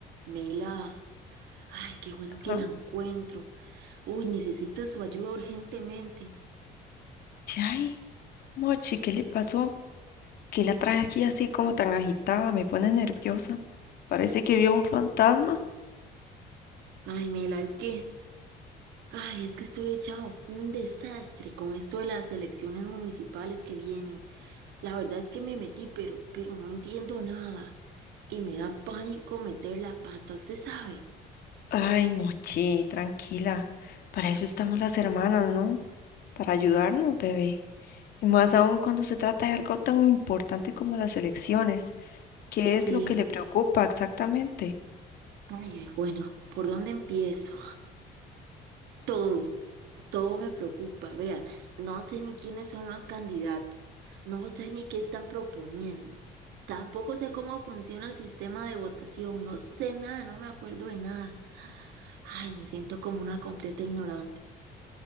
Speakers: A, on the right; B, on the left.
A: Mela, ay, qué bueno
B: Ajá.
A: que la encuentro. Uy, necesito su ayuda urgentemente.
B: Sí, Ay, Mochi, ¿qué le pasó? ¿Qué la trae aquí así como tan agitada? Me pone nerviosa. Parece que vio un fantasma.
A: Ay, Mela, es que, ay, es que estoy echado un desastre con esto de las elecciones municipales que vienen. La verdad es que me metí, pero, pero no entiendo nada y me da pánico meter la pata, ¿usted sabe?
B: Ay, Mochi, tranquila. Para eso estamos las hermanas, ¿no? Para ayudarnos, bebé. Y más aún cuando se trata de algo tan importante como las elecciones. ¿Qué
A: Sí,
B: es lo que le preocupa exactamente?
A: ay, bueno, ¿por dónde empiezo? Todo, todo me preocupa. Vea, no sé ni quiénes son los candidatos, no sé ni qué están proponiendo, tampoco sé cómo funciona el sistema de votación, no sé nada, no me acuerdo de nada. Ay, me siento como una completa ignorante.